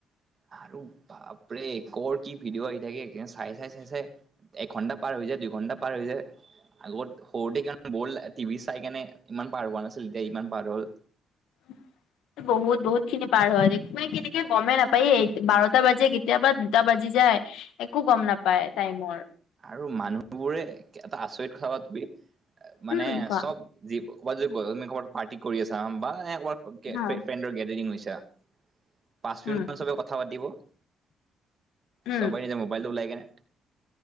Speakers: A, on the right (about 40°); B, on the left (about 85°).
A: আৰু বাপৰে কৰ কি ভিডিঅ' আহি থাকে কে চাই চাই চাই চাই। একঘণ্টা পাৰ হৈ যায় দুইঘণ্টা পাৰ হৈ যায়। আগত সৰুতে কিমান ব'ল টিভি চাই কেনে ইমান পাৰ হোৱা নাছিল এতিয়া ইমান পাৰ হ'ল।
B: <inaudible> বহুত বহুত খিনি পাৰ হয় মানে কেনেকে গমে নাপায় এই বাৰটা বাজে কেতিয়াবা দুটা বাজে যায় একো গম নাপায় টাইমৰ।
A: আৰু মানুহবোৰে এটা আচৰিত খাবা তুমি মানে
B: উম কোৱা
A: চব জীৱ কবাত যদি ব ঘত পাৰ্টি কৰি আছা বা এনেকে কবাত
B: হা
A: পেণ্ডৰ গেডাৰিং হৈছা পাঁচ
B: উম
A: মিনিট মান চবে কথা পাতিব।
B: উম
A: চবেই নিজে মোবাইলটো ওলাই কেনে